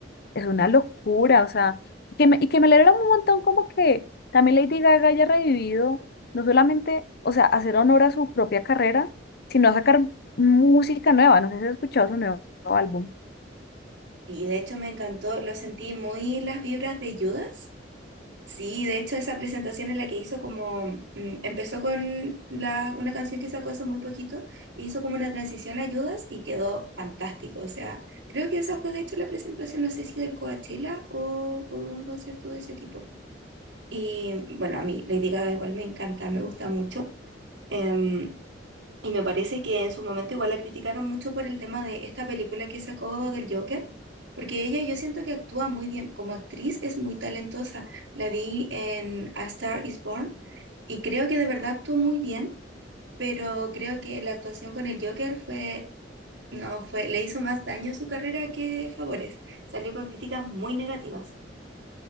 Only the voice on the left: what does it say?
Es una locura, o sea, que me- y que me alegra un montón como que también Lady Gaga haya revivido, no solamente, o sea, hacer honor a su propia carrera, sino a sacar música nueva. No sé si has escuchado su nuevo álbum.